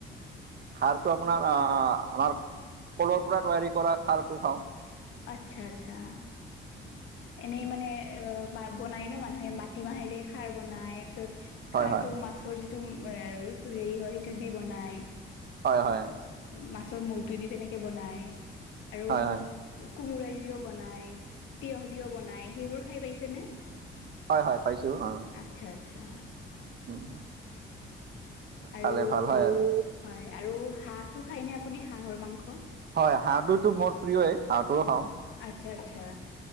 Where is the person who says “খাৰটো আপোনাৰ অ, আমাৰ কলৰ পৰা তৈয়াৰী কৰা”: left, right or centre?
Right